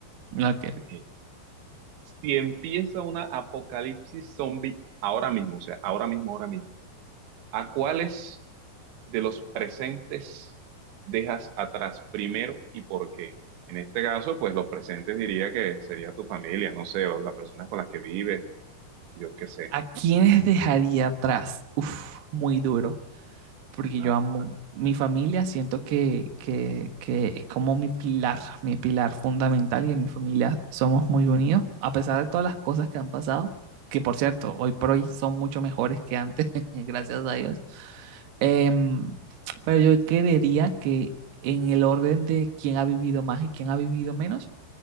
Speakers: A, on the right; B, on the right.
A: Ok,
B: Eh, Si empieza una apocalipsis zombie ahora mismo, o sea, ahora mismo, ahora mismo, ¿a cuáles de los presentes dejas atrás primero y por qué? En este caso, pues los presentes diría que sería tu familia, no sé, o las personas con las que vives, yo qué sé.
A: ¿A quiénes dejaría atrás? Uf, muy duro, porque
B: Ajá.
A: yo amo mi familia, siento que, que, que es como mi pilar, mi pilar fundamental y en mi familia somos muy unidos, a pesar de todas las cosas que han pasado, que por cierto, hoy por hoy son mucho mejores que antes, <laughs> gracias a Dios. Em, pero yo creería que en el orden de quién ha vivido más y quién ha vivido menos,